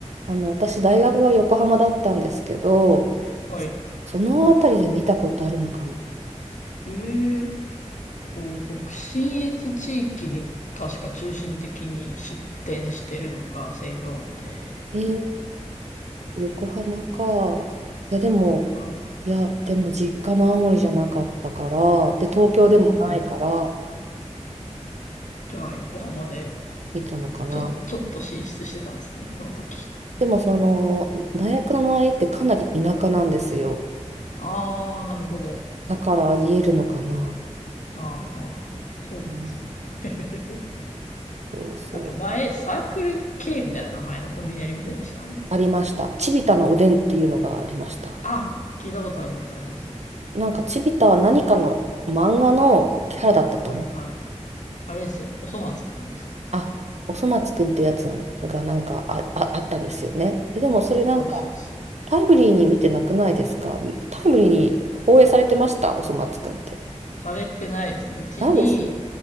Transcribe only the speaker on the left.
はい。
えー、お北信越地域に確か中心的に出店してるのがセーブオンで。
はい、はい。
うん、うん。じゃあ、横浜で、
ちょ、ちょっと進出してたんですね、その時。
ああ、なるほど。
ああ、そうなんですね。
<laughs>
あと前、サークル K みたいな名前のコンビニありませんでした
あ、聞いたことあります、あります。
はい、はい。あれですよ。おそ松くんですよ。
そうです、そうです。
されてないですね。うちに、